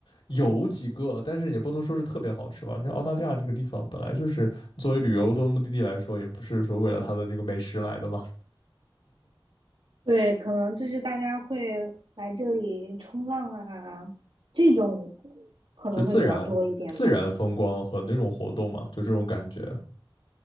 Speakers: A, on the left; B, on the right.
A: 有几个，但是也不能说是特别好吃吧。你知道澳大利亚这个地方本来就是作为旅游的目的地来说，也不是说为了它的这个美食来的嘛，
B: 对，可能就是大家会来这里冲浪啊，这种可能会比较多一点吧。
A: 就自然自然风光和那种活动嘛，就这种感觉。